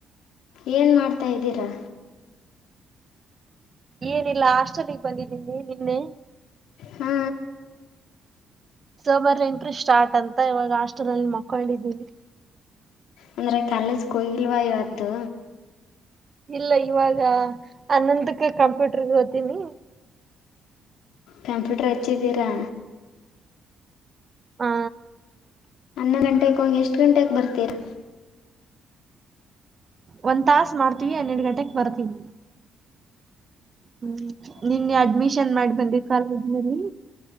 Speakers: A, on the left (about 85°); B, on the right (about 35°).
A: ಏನು ಮಾಡ್ತಾ ಇದ್ದಿರಾ.
B: ಏನಿಲ್ಲ ಹಾಸ್ಟಲ್ಲ್ಗೆ ಬಂದಿದ್ದೀನಿ ನಿನ್ನೆ.
A: ಹಾ
B: ಒಂಬತ್ತುರಿಂತ ಸ್ಟಾರ್ಟ್ ಅಂತ ಇವಾಗ ಹಾಸ್ಟೆಲ್ ಅಲ್ಲಿ ಮಕ್ಕೊಂಡಿದ್ದೀನಿ.
A: ಅಂದ್ರೆ ಕಾಲೇಜಕ್ ಹೋಗಿಲ್ವಾ ಇವತ್ತು.
B: ಇಲ್ಲ ಇವಾಗ ಹನ್ನೋಂದಕ್ಕ ಕಂಪ್ಯೂಟರ್ಗ ಹೋತಿನಿ.
A: ಕಂಪ್ಯೂಟರ್ ಹಚ್ಚಿದ್ದೀರಾ.
B: ಹಾ
A: ಹನ್ನೊಂದು ಗಂಟೆಗೆ ಹೋಗಿ ಎಷ್ಟು ಗಂಟೆಗೆ ಬರ್ತೀರಾ.
B: ಒಂದು ತಾಸು ಮಾಡ್ತೀವಿ ಹನ್ನೆರಡು ಗಂಟೆಕ್ ಬರ್ತೀವಿ ಹ್ಮ್. ನಿನ್ನೆ ಅಡ್ಮಿಷನ್ ಮಾಡಿ ಬಂದಿದೆ ಕಾಲೇಜಿನಲ್ಲಿ